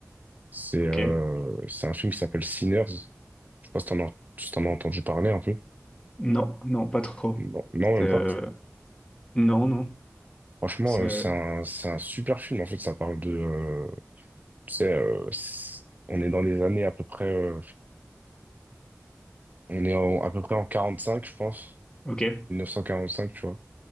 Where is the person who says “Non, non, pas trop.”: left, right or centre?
Left